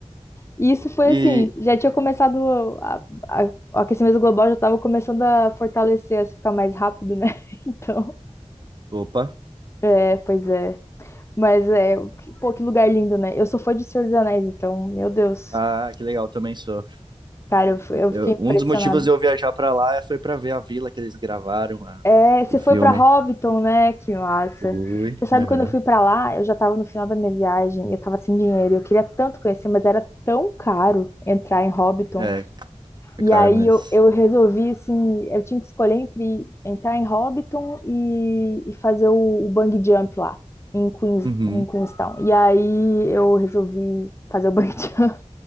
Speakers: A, on the left; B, on the right.
A: E isso foi
B: E.
A: assim, já tinha começado, a- a- o aquecimento global já estava começando a fortalecer, a ficar mais rápido, né? <laughs> Então,
B: Opa.
A: é, pois é. Mas é, que- pô, que lugar lindo, né? Eu sou fã de Senhor dos Anéis, então, meu Deus.
B: Ah, que legal, também sou.
A: Cara, eu, f- eu
B: Eu-
A: fiquei impressionada.
B: um dos motivos de eu viajar pra lá é, foi pra ver a vila que eles gravaram, a-
A: É, você
B: o filme.
A: foi pra Hobbiton, né? Que massa.
B: Fui,
A: Você sabe,
B: aham.
A: quando eu fui pra lá, eu já tava no final da minha viagem, e eu tava sem dinheiro, e eu queria tanto conhecer, mas era tão caro entrar em Hobbiton.
B: É, é
A: E
B: caro
A: aí
B: mesmo.
A: eu, eu resolvi, assim, eu tinha que escolher entre entrar em Hobbiton e, e fazer o, o bungee jump lá, em Queens,
B: Uhum.
A: em Queenstown. E aí eu resolvi fazer o bungee <laughs> jump,